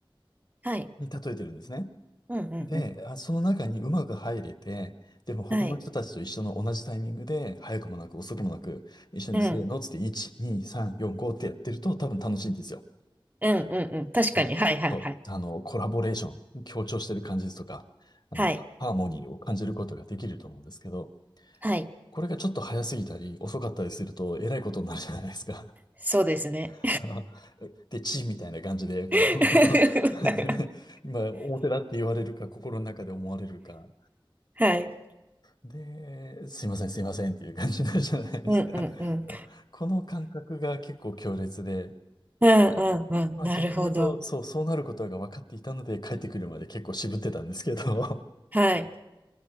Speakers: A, on the right (about 20°); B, on the left (about 50°).
A: はい。
B: に例えてるんですね。
A: うんうんうん。
B: で、あ、その中にうまく入れて、でも他の人たちと一緒の同じタイミングで、
A: はい。
B: 早くもなく遅くもなく、一緒にせーのっつって、
A: うん。
B: 1、2、3、4、5ってやってると多分楽しいんですよ。
A: うんうんうん。確かに。
B: うんそう、
A: はいはいはい。
B: あの、コラボレーション、強調してる感じとか、あの、
A: はい。
B: ハーモニーを感じることができると思うんですけど、
A: はい。
B: これがちょっと早すぎたり遅かったりすると、えらいことになるじゃないですか。
A: そうですね。
B: <laughs> で、チーみたいな感じで、こう
A: <laughs>
B: <laughs> まあ、表だって言われるか、心の中で思われるか。
A: はい。
B: で、すいません、すいませんっていう感じになるじゃないですか。
A: うんうんうん。
B: この感覚が結構強烈で、
A: うんうんうん。
B: まあ逆に言うと、
A: なるほど。
B: そう、そうなることが分かっていたので、帰ってくるまで結構渋ってたんですけど、<laughs>
A: はい。